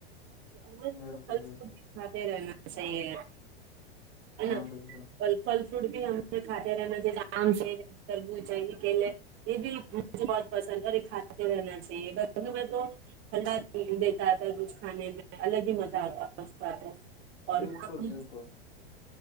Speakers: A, on the right; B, on the left.
A: ف
B: بالکل بالکل
A: رہنا چ ن <unintelligible>
B: ہاں بالکل
A: اور پھل فروٹ بھی ہمیں کھاتے رہنا چیے آرام سے کرونچاہیے کے لیے <unintelligible> یہ بھی مجھے بہت پسند ہے اور یہ کھاتے رہنا چاہیے میں تو تھا دیتا تھا کچھ کھانے میں الگ ہی مزہ آتا تھا اس اور
B: بالکل
A: ج
B: بالکل